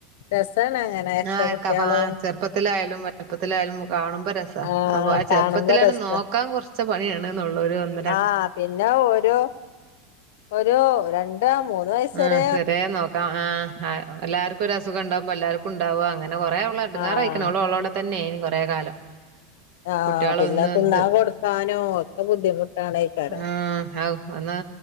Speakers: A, on the left; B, on the right.
A: രസാണ് അങ്ങനെ എരട്ട
B: ആഹ്
A: കുട്ട്യാളും
B: ക ഫ് ആഹ് ചെർപ്പത്തിലായാലും വൽപ്പത്തിലായാലും കാണുമ്പോ രസ സാ
A: ആഹ്
B: അപ്പൊ ആ
A: കാണുമ്പോ
B: ചെർപ്പത്തിലാണ്
A: രസാ
B: നോക്കാൻ കൊർച്ച പണിയാണ്ന്നൊള്ളൂ ഒര് ഒന്ന
A: ആഹ് പിന്നെ ഒരു ഒരു രണ്ടോമൂന്ന് വയസ് വ
B: ആഹ്
A: വരെ
B: സെറ്യെ നോക്കാം ആഹ് ഹ എല്ലാര്ക്കു ഒര് അസുഖണ്ടവുമ്പൊ എല്ലാര്ക്കുണ്ടാവാ അങ്ങനെ കൊറേ ഓള് എട്ങ്ങാറയ്
A: ആഹ്
B: ക്ക്ണ് ഓള് ഓളോടെ തന്നേയ്നി കൊറേ കാലം
A: ആഹ്
B: കുട്ട്യാള്
A: പിന്നെ
B: ഒന്ന്ണ്ട്
A: തിന്നാൻ കൊടുക്കാനോ ഒക്കെ ബുദ്ധിമുട്ടാണേക്കാരം
B: ആഹ് ഹാവു ഒന്ന്